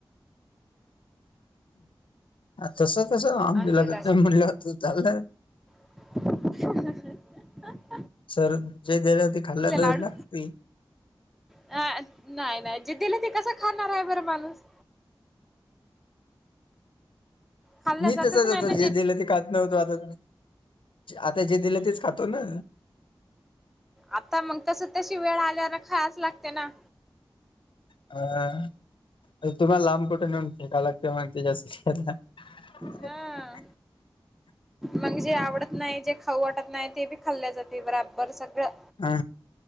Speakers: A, on the left; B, in the centre.
A: तस कस आगी
B: अंगी
A: लगत नाही म्हलं झालंय
B: हं ह
A: सर जे दलं ते खाल्ला तं
B: लाडू
A: लागत्ये
B: अ नाही नाही जे दिले ते कस खाणार आहे बर माणूस खाल्लं
A: मी
B: जातच
A: तसच
B: नाही
A: होतं
B: ना
A: जे दिलं ते का नव्हतो आता आता जे दिलं तेच खातो ना.
B: आता मग तस तशी वेळ आल्यान खायच लागते ना.
A: अ तुम्हाला लांब कुठे नेऊन फेकालागत्ये मग त्याच्यासाठी आता. <unintelligible>
B: हा मग जे आवडत नाही जे खाऊ वाटत नाही ते बी खाल्ली जाते बराबर सगळं.
A: हा